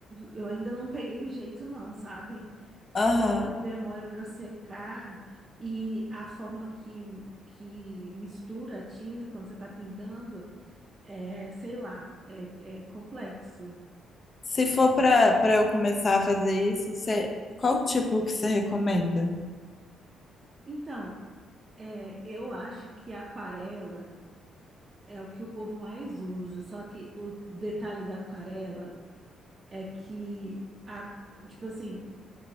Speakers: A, on the right; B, on the left.
A: eu ainda não peguei o jeito não, sabe? Porque
B: Aham.
A: ela demora para secar e a forma que, que mistura a tinta quando você está pintando é, sei lá, é, é complexo.
B: Se for para para eu começar a fazer isso, você, qual tipo que você recomenda?
A: Então, é, eu acho que a aquarela É o que o povo mais usa, só que o detalhe da aquarela é que a, tipo assim,